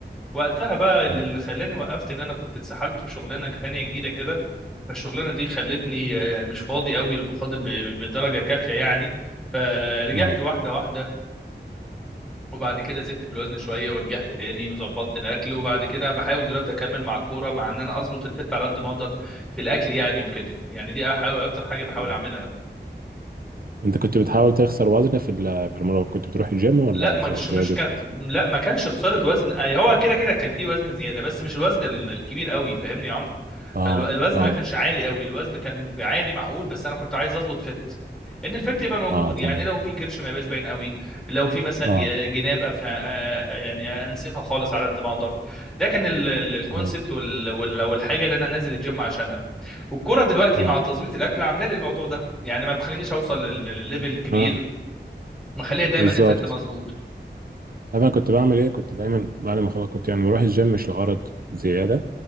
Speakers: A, in the centre; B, on the right.
A: وقتها بقى اللي
B: اه
A: اللي خلاني وقفت إن أنا كنت اتسحلت في شغلانة تانية جديدة كده فالشغلانة دي خلتني آه، مش فاضي قوي بقدر ب- بدرجة كافية يعني فرجعت
B: اه
A: واحدة واحدة وبعد كده زدت في الوزن شويه ورجعت تاني وظبطت الاكل وبعد كده بحاول دلوقتي اكمل مع الكوره مع ان انا اظبط الفت على قد ما اقدر في الاكل يعني وكده يعني دي احاول اكتر حاجه بحاول
B: مم.
A: اعملها
B: انت كنت بتحاول تخسر وزن في ال- في المرة كنت بتروح الجيم ولا
A: لا مش
B: زي- زيادة
A: مش كان
B: وزن
A: لا ما كانش خساره وزن اي هو كده كده كان في وزن زياده بس مش الوزن ال- الكبير قوي فاهمني يا عمرو
B: اه
A: فالوزن
B: اه
A: ما كانش عالي قوي الوزن كان عادي معقول بس انا كنت عايز اظبط فت ان الفت يبقى موجود
B: اه تمام
A: يعني لو في كرش ما يبقاش باين قوي لو في مثلا
B: اه
A: ج- جناب أف... آه، يعني انسفها خالص على قد ما اقدر ده كان ال- ال- الكونسبت
B: اه
A: وال... وال... والحاجه اللي انا نازل الجيم عشانها والكوره دلوقتي
B: اه,
A: مع تظبيط الاكل عامله لي الموضوع ده يعني ما بتخلينيش اوصل لل... للليفل الكبير
B: آه.
A: مخليه دايما
B: بالظبط
A: الفت مظبوط
B: عارف انا كنت بعمل ايه كنت دايما بعد ما خلاص كنت يعني بروح الجيم مش لغرض زياده